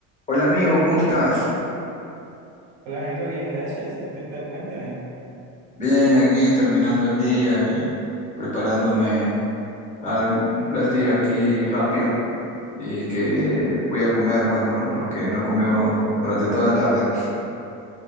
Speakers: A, on the left; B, on the right.
A: Hola amigo, ¿cómo estás?
B: Hola Jairo, bien, gracias. ¿Tú qué tal? Cuéntame.
A: Bien, aquí terminando el día y preparándome al- un platillo aquí rápido y que
B: Sí.
A: voy a comer, pues, ¿no? porque no he comido durante toda la tarde.